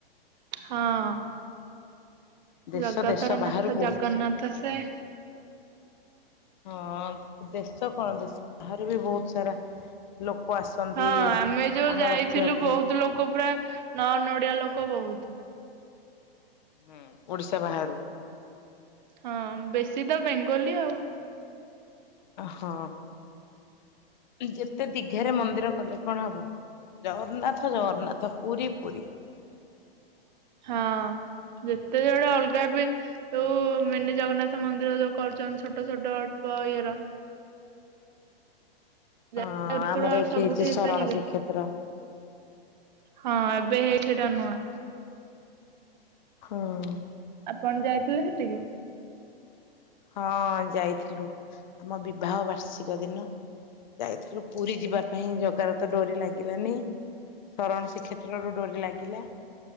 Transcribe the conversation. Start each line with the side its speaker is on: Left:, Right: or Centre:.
Right: ହଁ।
Left: ଦେଶ
Right: ଜଗତର
Left: ଦେଶ ବାହାରୁ
Right: ନାଥ
Left: ବହୁତ,
Right: ଜଗନ୍ନାଥ ସେ
Left: ହଁ। ଦେଶ କଣ? ଦେଶ ବାହହାର ବି ବହୁତ ସାରା, ଲୋକ ଆସନ୍ତି
Right: ହଁ ଆମେ ଯୋଉ
Left: ଆମ
Right: ଯାଇଥିଲୁ,
Left: ରଥଯାତ୍ରାକୁ।
Right: ବହୁତ ଲୋକ ପୁରା ନ୍ନ ଓଡିଆ ଲୋକ ବହୁତ।
Left: ହୁଁ ଓଡିଶା ବାହାରୁ।
Right: ହଁ ବେଶୀ ତ ବେଙ୍ଗଲୀ ଆଉ।
Left: ହଁ। ଯେତେ ଦିଘାରେ, ମନ୍ଦିର କଲେ କଣ ହବ ଜଗନ୍ନାଥ, ଜଗନ୍ନାଥ ପୁରୀ, ପୁରୀ।
Right: ହଁ। ଯେତେ ଜୁଆଡେ ଅଲଗା ବି, ଯୋଉ ମିନି ଜଗନ୍ନାଥ ମନ୍ଦିର ଯୋଉ କରୁଛନ୍ତି ଛୋଟ ଛୋଟ ଅଳ୍ପ ଇଏର
Left: ହଁ
Right: ଜଗନ୍ନାଥ ଠାକୁର
Left: ଆମର
Right: ଆଉ
Left: ଏଠି
Right: ସବୁଠି
Left: ହେଇଛି
Right: ହେଇପାରିବେ।
Left: ଶରଣ ଶ୍ରୀକ୍ଷେତ୍ର।
Right: ହଁ ଏବେ ହେଇ ସେଟା ନୁଆଁ।
Left: ହଁ।
Right: ଆପଣ ଯାଇଥିଲେ ସେଠିକି?
Left: ହଁ ଯାଇଥିଲୁ। ଆମ ବିବାହ ବାର୍ଷିକ ଦିନ। ଯାଇଥିଲୁ ପୁରୀ ଯିବା ପାଇଁ। ଜଗାର ତ ଡୋରି ଲାଗିଲାନି। ସରଣ ଶ୍ରୀକ୍ଷେତ୍ରରୁ, ଡୋରି ଲାଗିଲା।